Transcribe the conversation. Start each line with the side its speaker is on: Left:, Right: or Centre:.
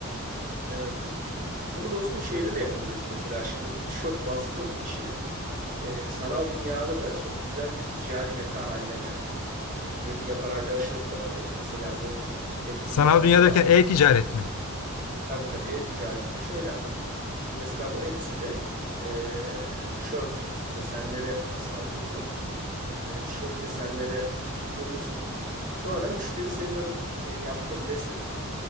Right: evet. Bunu dostum şeyde de yapabiliriz mesela şimdi bu tişört baskı işi. e, sanal dünyada da çok güzel bir ticari meta haline geldi. Şimdi ben, yapan arkadaşlarım da var benim. Mesela bu Etsy
Left: Sanal
Right: mağazası
Left: dünya derken
Right: var.
Left: e-ticaret mi?
Right: Tabii tabii e-ticarette şöyle ama. Şimdi mesela bu Etsy'de e, tişört desenleri tasarlıyorsun. E, tişört desenleri koyuyorsun. Sonra müşteri senin o bu e, yaptığın desen